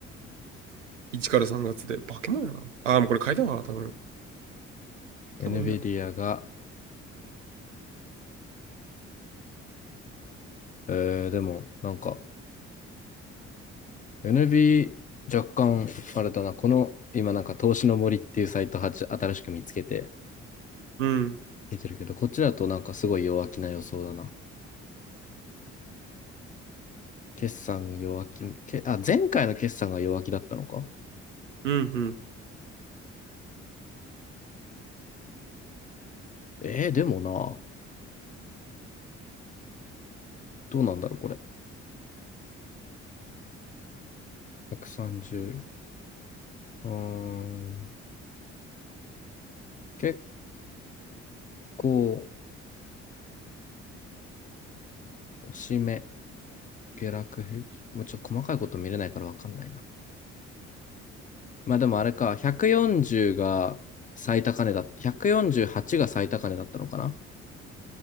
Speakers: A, on the right (about 80°); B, on the left (about 25°).
A: 1から3月で。化け物やな。あー、もうこれ買いたわ、多分。多分いいな。
B: NVIDIA が、えー、でも、なんか、NV、若干、あれだな、この、今なんか、投資の森っていうサイトは新しく見つけて、
A: うん。
B: 見てるけど、こっちだとなんかすごい弱気な予想だな。決算弱気、け、あ、前回の決算が弱気だったのか
A: うん、うん。
B: えー、でもな、どうなんだろう、これ。130。うーん。結構、押し目、下落平均。もうちょっと細かいこと見れないからわかんないな。まあでもあれか、140が最高値だっ148が最高値だったのかな